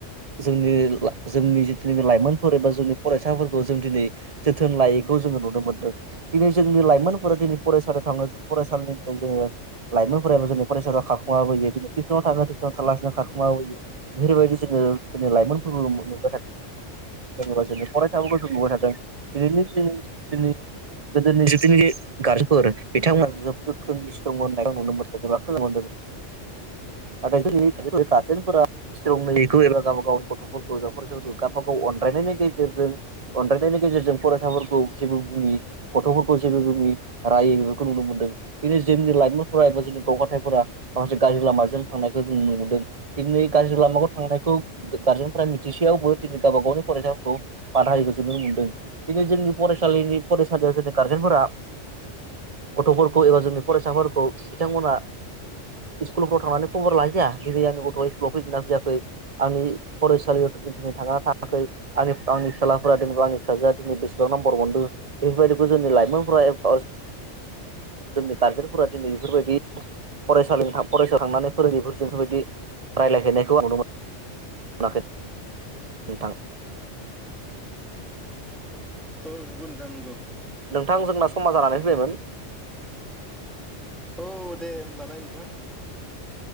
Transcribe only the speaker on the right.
जोंनि जोंनि जिथुनाखि लाइमोनफोर एबा जोंनि फरायसाफोरखौ जों दिनै जोथोन लायैखौ जोङो नुनो मोनदों दिनै जोंनि लाइमोनफोरा दिनै फरायसालियाव थाङो जों फरायसालिनिफ्राय जोङो लाइमोनफोराबो जोंनि फरायसालियाव खारखुमाबोयो दिनै टिउसनाव थाङो टिउसनाव थालासिनो खारखुमाबोयो बेफोरबायदि जोङो जोंनि लाइमोनफोरखौ नुबाय थादों जेनबा जोंनि फरायसाफोरखौ जों नुबाय थादों दिनैनि जे जोंनि गोदोनि जिथुनिखि गारजेफोर बिथांमोना जेब गोख्रों स्ट्रं होननाय नुनो मोनदों एबा खोनानो मोनदों नाथाय जोंनि गार्जेनफोरा स्ट्रंखौ एबा गावबा गावनि गथ'फोरखौ एबा फरायसाफोरखौ गावब गाव अननायनि गेजेरजों अनायनायनि गेजेरजों फरायसाफोरखौ जेबो बुङि गथ'फोरखौ जेबो बुङि रायो बेफोरखौ नुनो मोन्दों। दिनै जोंनि लाइमोनफोरा एबा जोंनि गथ' गथायफोरा माखासे गाज्रि लामाजों थांनायखौ जों नुनो मोनदों दिनै गाज्रि लामाखौ थांनायखौ गारजेनफोरा मिथिसेयावबो दिनै गावबा गावनि फरायसाफोरखौ बादा होयैखौ जों नुनो मोनदों दिनै जोंनि फरायसालिनि फरायसालियाव जोंनि गारजेनफोरा गथ' गथ' खौ एबा जोंनि फरायसाफोरखौ बिथांमोना स्कुलफ्राव थांनानै खबर लाहैया दिनै आंनि गथ'आ स्कुलाव फैदिना फैयाखै आंनि फरायसालियावथ' दिनै थांना थाङाखै आंनि आंनि फिसालाफोरा दिनैबा आंनि फिसाजोआ दिनै बेसेबां नम्बर मोनदों बेफोरबायदिखौ जोंनि लाइमोनफ्रा एबा जोंनि गारजेनफोरा दिनै बेफोरबायदि फरायसालि फरायसायाव थांनानै फोरोंगिरिफोरजों बेफोरबायदि रायलायहैनायखौ आं नुनो मोनाखै नोंथां
नोंथां जोंना समा जानानै फैबायमोन।